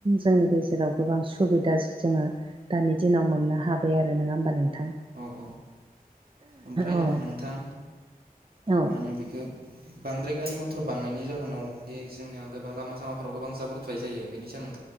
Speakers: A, on the right; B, on the right.
A: जोंनि गेजेराव गोबां सुबिदा जोंङो दानि दिनाव मोननो हाबाय आरो नंङा होमबा नोंथां
B: अ ओमफ्राय
A: औ
B: नोंथां
A: औ
B: मा होनो बेखौ बांद्राय गारि मथर बांनायनि जाहोनाव दि जोंनिया गोबां लामा सामाफोराव गोबां जाब्रथाय जायो बेनि सोमोनदै